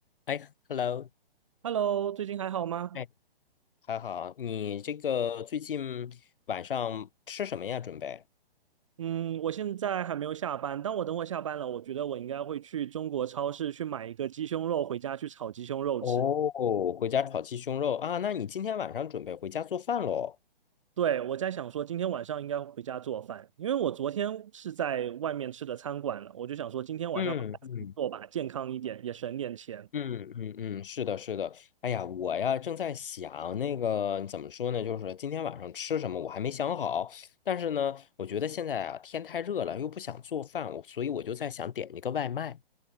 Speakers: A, on the left; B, on the right.
A: 哎，hello，
B: Hello，最近还好吗？
A: 哎，还好，你这个最近晚上吃什么呀？准备？
B: 嗯，我现在还没有下班，但我等会下班了，我觉得我应该会去中国超市去买一个鸡胸肉回家去炒鸡胸肉吃。
A: 哦，回家炒鸡胸肉啊？那你今天晚上准备回家做饭喽？
B: 对，我在想说今天晚上应该回家做饭，因为我昨天是在外面吃的餐馆了，我就想说今天晚上回家自己做吧，
A: 嗯嗯
B: 健康一点，也省点钱。
A: 嗯嗯嗯，是的，是的。哎呀，我呀正在想那个怎么说呢，就是今天晚上吃什么，我还没想好。但是呢，我觉得现在啊天太热了，又不想做饭，我所以我就在想点一个外卖。